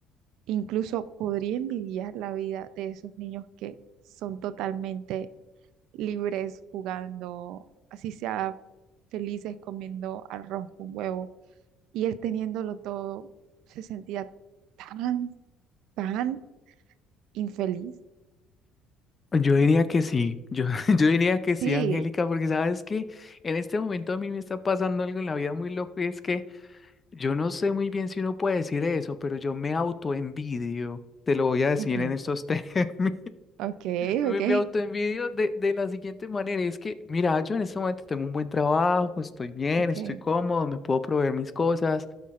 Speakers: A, on the right; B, on the left.
A: incluso podría envidiar la vida de esos niños que son totalmente libres jugando, así sea felices comiendo arroz con huevo? Y él teniéndolo todo, se sentía tan, tan infeliz.
B: yo diría que sí, yo, <laughs> yo diría que sí,
A: Sí,
B: Angélica, porque sabes que en este momento a mí me está pasando algo en la vida muy loco y es que yo no sé muy bien si uno puede decir eso, pero yo me autoenvidio, te lo voy a decir
A: ujú,
B: en estos <laughs> términos,
A: ok,
B: me,
A: ok,
B: me autoenvidio de, de la siguiente manera, y es que, mira, yo en este momento tengo un buen trabajo, estoy bien,
A: ok,
B: estoy cómodo, me puedo proveer mis cosas,